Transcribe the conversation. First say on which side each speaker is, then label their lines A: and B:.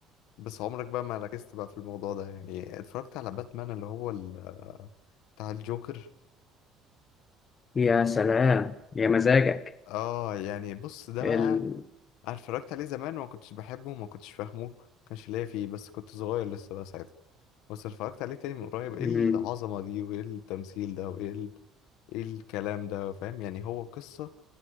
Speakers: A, on the left; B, on the left.
A: بس عمرك بقى ما ركزت بقى في الموضوع ده يعني اتفرجت على باتمان اللي هو ال- بتاع الجوكر
B: يا سلام يا مزاجك
A: اه يعني بص ده
B: ال...
A: بقى أنا اتفرجت عليه زمان وما كنتش بحبه وما كنتش فاهمه ما كانش ليا فيه بس كنت صغير لسه بقى ساعتها بس اتفرجت عليه تاني من قريب
B: مم.
A: ايه العظمة دي وايه التمثيل ده وايه ال... ايه الكلام ده فاهم يعني هو قصة